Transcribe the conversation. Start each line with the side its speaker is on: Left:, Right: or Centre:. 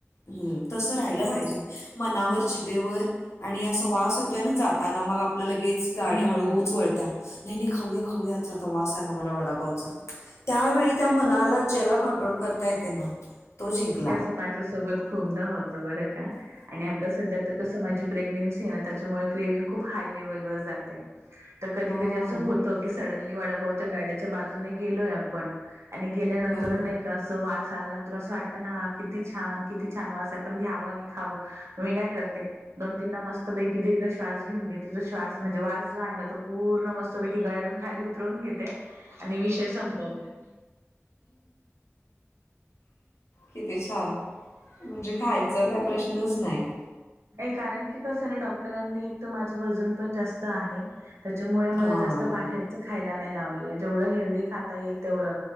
Left: हम् तसं राहिलं पाहिजे मनावर जिभेवर आणि असा वास येतोय ना जाताना मग आपलं लगेच गाडी
Right: हम्म
Left: हळूच वळत्या नाही नाही खाऊया खाऊयाच आता वास आला मला वडापावचा त्यावेळी त्या मनाला ज्याला कंट्रोल करता येते ना तो जिंकला.
Right: हेंअसं माझ्यासोबत खूपदा होतं बरं का आणि आता सध्या तर कस माझी प्रेग्नेन्सी आहे ना त्याच्यामुळे क्रेविगं खूप हाय लेवलवर जाते तर कधी
Left: हां,
Right: कधी असं होत की सडनली वडापावच्या गाड्याच्या बाजूने गेलोय आपण आणि गेल्यानंतर
Left: हं.
Right: नाही का असं वास आल्यानंतर असं वाटत ह किती छान किती छान वास आपण घ्यावं आणि खावं मी काय करते दोन तीनदा मस्तपैकी दीर्घ श्वास घेऊन घेते तिचा श्वास म्हणजे वास जो आहे ना तो पूर्ण मस्तपैकी गळ्यातून खाली उतरवून घेते आणि विषय संपवतीत्या
Left: किती छान म्हणजे खायचा काय प्रश्नच नाहीत
Right: कारण की कसं ना डॉक्टरांनी एक तर माझं वजन पण जास्त आहे त्याच्यामुळे मला
Left: हां,
Right: जास्त बाहेरच खायला नाही लावलं जेवढं हेल्दी खाता येईल तेवढं